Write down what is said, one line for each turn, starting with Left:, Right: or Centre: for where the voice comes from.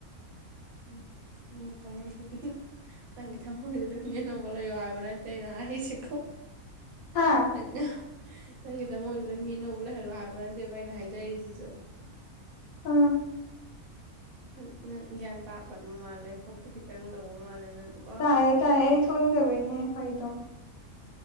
Right: ꯎꯝ ꯅꯪꯒꯤ ꯊꯃꯣꯏꯗꯨꯗ ꯅꯪꯒꯤ ꯊꯃꯣꯏꯗꯨꯗ ꯃꯤ ꯑꯅꯧꯕ ꯂꯩꯌꯣ ꯍꯥꯏꯕ ꯅꯠꯇꯦ ꯑꯩꯅ ꯍꯥꯏꯁꯦꯀꯣ
Left: ꯍꯥꯥ
Right: ꯅꯪꯅ ꯅꯪꯒꯤꯗꯃꯣꯏꯗꯨꯗ ꯃꯤ ꯑꯅꯧꯕ ꯂꯩꯍꯜꯂꯣ ꯍꯥꯏꯕ ꯅꯠꯇꯦꯕ ꯑꯩꯅ ꯍꯥꯏꯖꯔꯤꯖꯤꯖꯨ
Left: ꯎꯝ
Right: ꯅꯪ ꯅꯪ ꯒ꯭ꯌꯥꯟ ꯇꯥꯗ꯭ꯔꯕ ꯃꯥꯜꯂꯦ ꯀꯣꯛꯇ ꯈꯤꯇꯪ ꯇꯧꯕ ꯃꯥꯜꯂꯦ ꯅꯪ꯫ ꯀꯣ
Left: ꯇꯥꯏꯌꯦ ꯇꯥꯏꯌꯦ ꯑꯩ ꯊꯣꯛꯅꯤꯡꯗꯕꯩꯅꯦ ꯐꯒꯤꯇꯧꯅꯦ